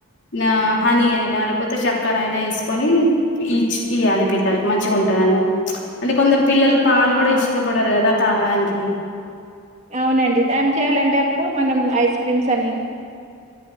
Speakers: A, on the left (about 55°); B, on the right (about 30°).
A: నా హనీ అయినా లేకపోతే శక్కర్ అయినా ఏసుకొనీ ఈఛ్ఛ్ ఇయ్యాలే పిల్లల్కి మంచిగ ఉంటదన్నట్టు. ప్చ్ అంటే కొందరు పిల్లలు పాలు
B: ఆ
A: గూడా ఇష్టపడరు గదా తాగడానికి.
B: అవునండి దాం చేయాలంటే అప్పుడూ మనం ఐస్ క్రీమ్స్ అని.